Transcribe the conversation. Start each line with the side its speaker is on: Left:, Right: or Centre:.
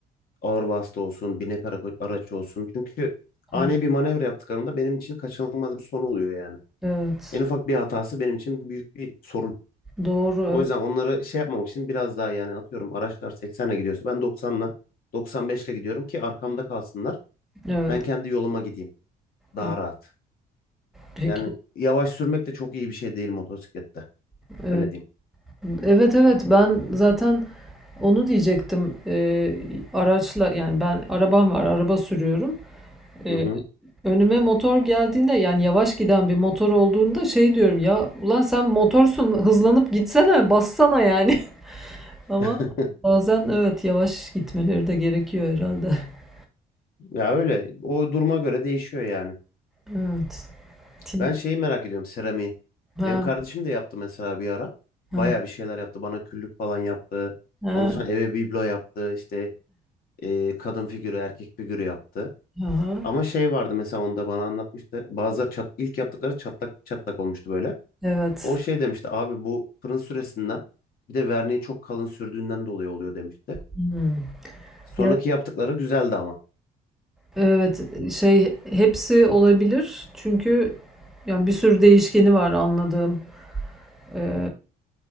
Left: Ağır vasıta olsun, binek ara- araç olsun. Çünkü
Centre: Ha,
Left: ani bir manevra yaptıklarında benim için kaçınılmaz bir son oluyor yani.
Centre: Evet.
Left: En ufak bir hatası benim için büyük bir sorun.
Centre: Doğru.
Left: O
Centre: Evet.
Left: yüzden onları şey yapmamak için biraz daha yani atıyorum araçlar 80'le gidiyorsa ben 90'la 95'le gidiyorum ki arkamda kalsınlar.
Centre: Evet.
Left: Ben kendi yoluma gideyim. Daha
Centre: evet.
Left: rahat.
Centre: Peki.
Left: Yani yavaş sürmek de çok iyi bir şey değil motosiklette.
Centre: Evet.
Left: Öyle diyeyim.
Centre: Evet evet ben zaten onu diyecektim. Ee, araçla yani ben arabam var araba sürüyorum. Ee,
Left: Hı hı.
Centre: Önüme motor geldiğinde yani yavaş giden bir motor olduğunda şey diyorum ya ulan sen motorsun hızlanıp gitsene bassana yani. <laughs> Ama
Left: <laughs>
Centre: bazen evet yavaş gitmeleri de gerekiyor herhalde. <laughs>
Left: Ya öyle. O duruma göre değişiyor yani.
Centre: Evet. Tin-
Left: Ben şeyi merak ediyorum seramiği.
Centre: Ha,
Left: Benim kardeşim de yaptı mesela bir ara.
Centre: ha,
Left: Bayağı bir şeyler yaptı. Bana küllük falan yaptı.
Centre: ha,
Left: Ondan sonra eve biblo yaptı. İşte e, kadın figürü, erkek figürü yaptı.
Centre: aha.
Left: Ama şey vardı mesela onda bana anlatmıştı. Bazıları çat, ilk yaptıkları çatlak çatlak olmuştu böyle.
Centre: Evet.
Left: O şey demişti abi bu fırın süresinden bir de verniği çok kalın sürdüğünden dolayı oluyor demişti.
Centre: Hmm.
Left: Sonraki
Centre: Ya,
Left: yaptıkları güzeldi ama.
Centre: evet şey hepsi olabilir çünkü yani bir sürü değişkeni var anladığım. Ee,